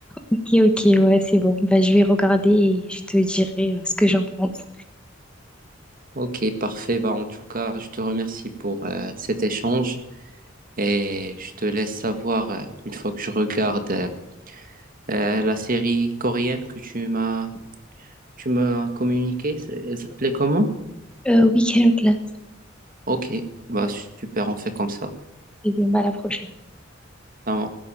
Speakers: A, in the centre; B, on the right (about 45°).
A: Ok, ok, ouais, c'est bon. Bah, je vais regarder et je te dirai euh, ce que j'en pense.
B: Ok, parfait. Bah, en tout cas, je te remercie pour euh, cet échange et je te laisse savoir euh, une fois que je regarde euh, euh, la série coréenne que tu m'as, tu m'as communiquée. C'est- Elle s'appelait comment?
A: Euh, week-end class.
B: Ok, bah super, on fait comme ça.
A: Et bien, bah, à la prochaine.
B: Ça marche.